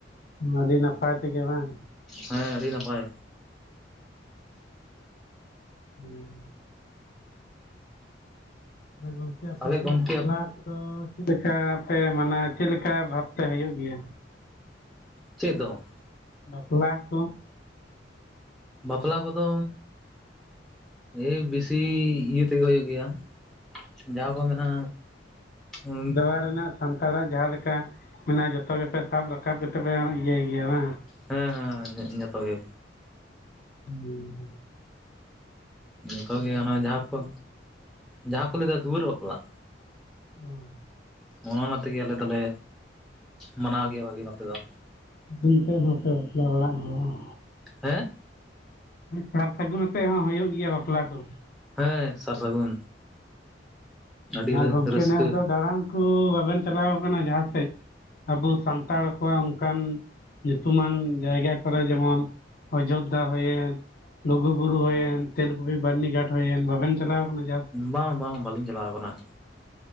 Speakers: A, on the left; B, in the centre.
A: ᱟᱹᱰᱤ ᱱᱟᱯᱟᱭ ᱛᱮᱜᱮ ᱵᱟᱝ
B: ᱦᱮᱸ ᱟᱹᱰᱤ ᱱᱟᱯᱟᱭ
A: ᱦᱩᱸ ᱜᱚᱝᱠᱮ ᱟᱞᱮᱥᱮᱫ
B: ᱛᱟᱦᱚᱞᱮ ᱜᱚᱢᱠᱮ
A: ᱵᱟᱯᱞᱟ ᱟᱫᱚ ᱪᱮᱫ ᱞᱮᱠᱟ ᱯᱮ ᱢᱟᱱᱟ ᱪᱮᱫ ᱞᱮᱠᱟ ᱵᱷᱟᱵᱽ ᱯᱮ ᱦᱩᱭᱩᱜ ᱜᱮᱭᱟ
B: ᱪᱮᱫ ᱫᱚᱝ
A: ᱵᱟᱯᱞᱟ ᱠᱚ
B: ᱵᱟᱯᱞᱟ ᱠᱚᱫᱚ ᱮᱭ ᱵᱮᱥᱤ ᱤᱭᱟᱹ ᱛᱮᱜᱮ ᱦᱩᱭᱩᱜ ᱜᱮᱭᱟ ᱡᱟᱦᱟᱸ ᱠᱚ ᱢᱮᱱᱟ ᱩᱸ
A: ᱚᱠᱟ ᱨᱮᱱᱟᱜ ᱥᱟᱱᱛᱟᱲᱟᱜ ᱡᱟᱦᱟᱸ ᱞᱮᱠᱟ ᱢᱮᱱᱟᱜᱼᱟ ᱡᱚᱛᱚ ᱜᱮᱯᱮ ᱥᱟᱵ ᱨᱟᱠᱟᱵ ᱠᱟᱛᱮ ᱯᱮ ᱤᱭᱟᱹᱭ ᱜᱮᱭᱟ ᱵᱟᱝ
B: ᱦᱮᱸ ᱦᱮᱸ ᱡᱚᱛᱚ ᱜᱮ
A: ᱦᱩᱸ
B: ᱡᱚᱛᱚ ᱜᱮ ᱚᱱᱟ ᱡᱟᱦᱟᱸ ᱠᱚ ᱡᱟᱦᱟᱸ ᱠᱚ ᱞᱟᱹᱭᱮᱫᱟ ᱫᱩᱣᱟᱹᱨ ᱵᱟᱯᱞᱟᱜ
A: <inaudible>
B: ᱚᱱᱮ ᱚᱱᱟ ᱛᱮᱜᱮ ᱟᱞᱮ ᱫᱚᱞᱮ ᱢᱟᱱᱟᱣ ᱜᱮᱭᱟ ᱵᱷᱟᱜᱤ ᱱᱚᱛᱮ ᱫᱚ
A: ᱚᱱᱛᱮ ᱦᱚᱸᱯᱮ ᱵᱟᱯᱞᱟ ᱵᱟᱲᱟᱜ ᱜᱮᱭᱟ
B: ᱦᱮᱸ
A: ᱥᱟᱨ ᱥᱟᱹᱜᱩᱱ ᱟᱛᱮᱜ ᱦᱚᱸ ᱦᱩᱭᱩᱜ ᱜᱮᱭᱟ ᱵᱟᱯᱞᱟ ᱠᱚ᱾
B: ᱦᱮ ᱥᱟᱨ ᱥᱟᱹᱜᱩᱱ ᱟᱹᱰᱤ
A: ᱦᱮᱸ ᱜᱚᱢᱠᱮ
B: ᱨᱟᱹᱥᱠᱟᱹ
A: ᱱᱮᱥ ᱫᱚ ᱫᱟᱬᱟᱱ ᱠᱚ ᱵᱟᱵᱮᱱ ᱪᱟᱞᱟᱣ ᱟᱠᱟᱱᱟ ᱡᱟᱦᱟᱸ ᱥᱮᱫ᱾ ᱟᱵᱚ ᱥᱟᱱᱛᱟᱲ ᱠᱚᱣᱟᱜ ᱚᱱᱠᱟᱱ ᱧᱩᱛᱩᱢᱟᱱ ᱡᱟᱭᱜᱟ ᱠᱚᱨᱮ ᱡᱮᱢᱚᱱ ᱚᱡᱳᱫᱽᱫᱷᱟ ᱦᱩᱭᱮᱱ ᱞᱩᱜᱩᱵᱩᱨᱩ ᱦᱩᱭᱮᱱ ᱛᱮᱞᱠᱩᱯᱤ ᱵᱟᱹᱨᱱᱤ ᱜᱷᱟᱴ ᱦᱩᱭᱮᱱ ᱵᱟᱵᱮᱱ ᱪᱟᱞᱟᱣ ᱟᱠᱟᱱᱟ ᱡᱟᱦᱟᱸ
B: ᱵᱟᱝ ᱵᱟᱝ ᱵᱟᱹᱞᱤᱧ ᱪᱟᱞᱟᱣ ᱟᱠᱟᱱᱟ